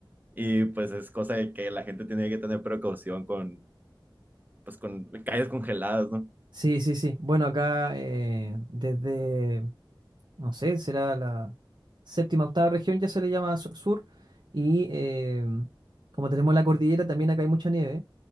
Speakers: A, on the right; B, on the right.
A: Y pues es cosa de que la gente tiene que tener precaución con, pues con calles congeladas, ¿no?
B: Sí, sí, sí. Bueno, acá eh, desde no sé, será la séptima, octava región, ya se le llama su- sur. Y eh, como tenemos la cordillera, también acá hay mucha nieve.